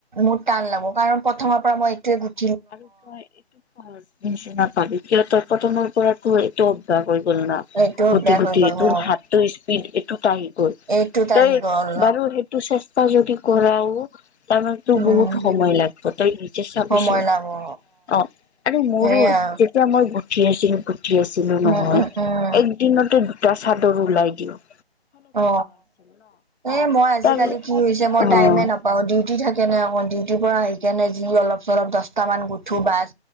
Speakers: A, on the right; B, on the left.
A: মোৰ টান লাগব কাৰণ প্ৰথমৰ পৰা মই এইটোৱে গুঠ
B: আৰু তই এইটো সহজ নিচিনা পাবি কিয় তই প্ৰথমৰ পৰাতো এইটো অভ্যাস হৈ গ'ল না।
A: এইটো অভ্যাস
B: গুটি -গুটি
A: হৈ গ'ল মোৰ
B: তোৰ হাতটো স্পীড এইটোত আহি গল
A: এইটোত
B: তই
A: আহি গ'ল
B: বাৰু সেই তো চেষ্টা যদি কৰাও তাৰমানে তোৰ
A: উম
B: বহুত সময় লাগিব তই নিজে চাবিচোন।
A: সময় লাগ অ
B: অ, আৰু মোৰো
A: সেইয়া
B: যেতিয়া মই গঠি আছিলো গঠি আছিলো
A: উম
B: নহয়
A: উম উম
B: এক দিনতে দুটা চাদৰ ওলাই দিও।
A: অ, এ মই আজিকালি
B: তাৰ
A: কি হৈছে মই
B: অ
A: টাইমে নাপাও। অ, ডিউটি থাকে নে অকৌ ডিউটিৰ পৰা আহিকেনে যি অলপ চলপ দশট মান ধুবাচ